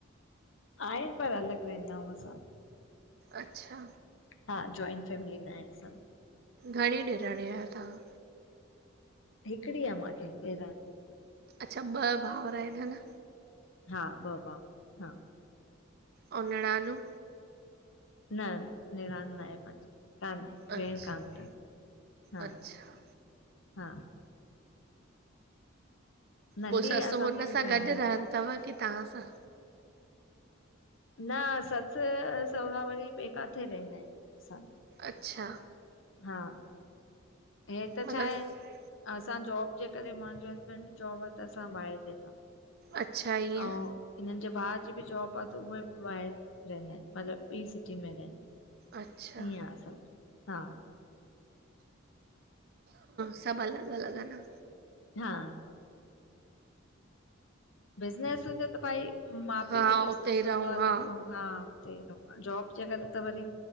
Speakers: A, on the left; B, on the right.
A: आहिन पर अलॻ रहंदा आहियूं असां
B: अच्छा
A: हा जॉइंट फैमिली न आहे असां जी
B: घणी ॾेराणियू आहियो तव्हां
A: हिकिड़ी आहे मूंखे ॾेराणी
B: अच्छा ॿ भाउर आहिन
A: हा ॿ भाव हा
B: औ निराणूं
A: न निरान नाहे पहिंजी। कान
B: अच्छा
A: भेण कान तन, हा
B: अच्छा
A: हा नंढी
B: पोइ ससु
A: आहे असांजी
B: हुन
A: बि
B: सां
A: फैमिली
B: गॾु रहंदी तव की तव्हां सां?
A: न ससु सोहुरा वरी ॿिए काथे रहिंदा आहिनि, असां
B: अच्छा
A: हा हे त
B: मतिलबु
A: छा आहे? असां जॉब जे करे मुंहिंजे हसबैंड जॉब आ त असां ॿाहिरि वेंदाऊं।
B: अच्छा ईअं
A: अऊं हिननि जे भाउ जी बि जॉब आ त उहे बि ॿाहिरि रहंदा आहिनि, मतिलबु ॿी सिटी में रहिंदा आहिनि।
B: अच्छा
A: ईअं आ असांजो, हा
B: सभु अलॻि अलॻि आ न।
A: हा बिज़नेस हुजे त भई माउ
B: हा
A: पीउ जो बिज़नेस
B: उते ई रहूं
A: हूंदो आ
B: हा
A: त पो हा जॉब जे करे त वरी